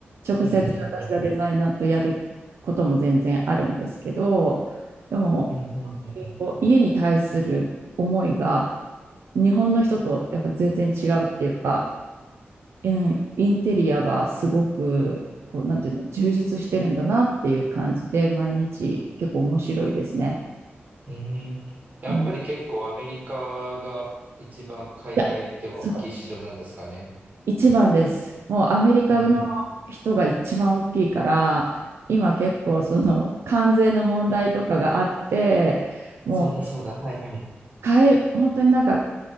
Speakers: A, on the right; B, on the right.
A: 直接私がデザイナーとやることも全然あるんですけど、
B: うんうんう
A: でも
B: ん。うんうんうん
A: こう家に対する思いが日本の人とやっぱ全然違うっていうか、うん、インテリアがすごくこうなんていうの充実してるんだなっていう感じで毎日結構面白いですね。
B: うん。うんやっぱり結構アメリカが一番海外では大きい市場なんですかね。
A: うん、いやそう一番です。もうアメリカの
B: うん。
A: 人が一番大きいから今結構その関税の問題とかがあってもう
B: そうだそうだ。はいはい。
A: 買い本当になんか